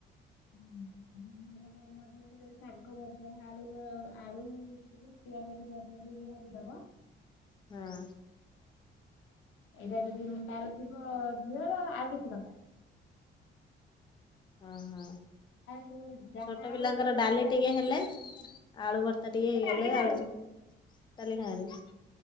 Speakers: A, on the left (about 80°); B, on the left (about 25°).
A: <unintelligible> ମୋ ଝିଅକୁ ଯଦି ଶାଗଭଜା ଆଳୁ ଭ ଆଳୁ ଟିକେ ପିଆଜ ଟିକେ ଅଧିକ ଦେଇକି ଭାଜିଦବ।
B: ହଁ।
A: ଏଇଟା ଯଦି ତାର ଥିବ ଝିଅର ଆଉ କିଛି ଦରକାର ନାହିଁ।
B: ଓହୋ
A: ସବୁ ଯାହା
B: ଛୋଟପିଲାଙ୍କର
A: ଆଉ ଦେଲେ
B: ଡାଲି
A: ବି ଆଉ
B: ଟିକେ ହେଲେ ଆଳୁଭର୍ତ୍ତା ଟିକେ
A: ସେ ଡାଲି
B: ହେଲେ
A: ଖାଇବନି
B: ଆଳୁ ଚ ଡାଲି ଖାଇବନି।